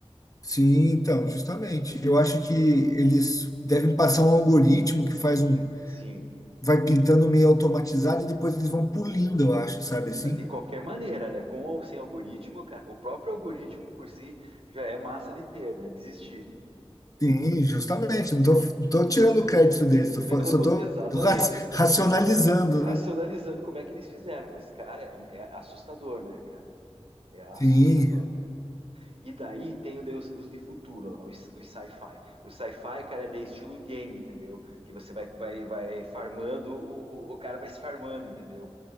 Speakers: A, on the left; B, on the right.
A: Sim, então, justamente. Eu acho que eles devem passar um algoritmo que faz um,
B: Sim.
A: vai pintando meio automatizado e depois eles vão pulindo, eu acho, sabe assim?
B: Mas de qualquer maneira, né? Com ou sem algoritmo, cara, o próprio algoritmo por si já é massa de ter, né? Desistir.
A: Sim, justamente. Não tô, não tô tirando o crédito deles, tô, falando-
B: Pelo,
A: só
B: cont-
A: tô,
B: exatamente.
A: tô ra- racionalizando,
B: Racionalizando
A: né?
B: como é que eles fizeram, mas, cara, é, é assustador, né, cara? É assustador,
A: Sim,
B: cara. E daí tem o- daí os, os de futuro lá, os, os sci-fi. O sci-fi, cara, é de estilo game, entendeu? Que você vai, vai, vai farmando, o, o, o cara vai se farmando, entendeu?